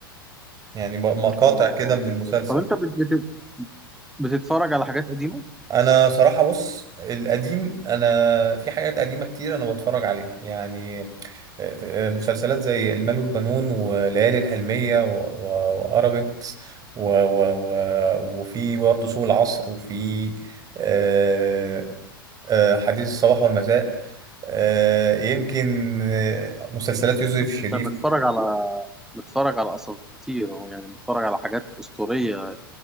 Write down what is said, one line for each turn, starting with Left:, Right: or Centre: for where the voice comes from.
Right: يعني بق- مقاطع
Centre: اه
Right: كده من
Centre: اه بالظبط
Right: المسلسل
Centre: طب انت بت- بت- بتتفرج على حاجات قديمة؟
Right: انا صراحة بص القديم انا في حاجات قديمة كتير انا بتفرج عليها يعني آه، آه، مسلسلات زي المال والبنون وليالي الحلمية و- و- وارابيكس و و و وفي برضه سوق العصر وفي آه، آه، حديث الصباح والمساء آه، يمكن آه، مسلسلات يوسف
Centre: طب
Right: شريف
Centre: انت متفرج على متفرج على اساطير أهو، يعني متفرج على حاجات اسطورية